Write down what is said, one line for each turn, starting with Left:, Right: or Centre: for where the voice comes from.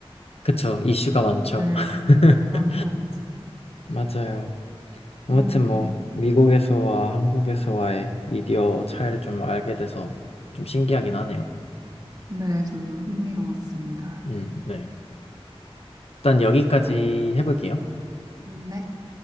Left: 그쵸. 이슈가 많죠.
Right: 네.
Left: <laughs>
Right: 많죠, 많죠.
Left: 맞아요. 아무튼
Right: 음,
Left: 뭐
Right: 네.
Left: 미국에서와 한국에서와의 미디어 차이를 좀 알게 돼서 좀 신기하긴 하네요.
Right: 네, 저도 흥미로웠습니다.
Left: 음, 네. 일단 여기까지 해볼게요.
Right: 네.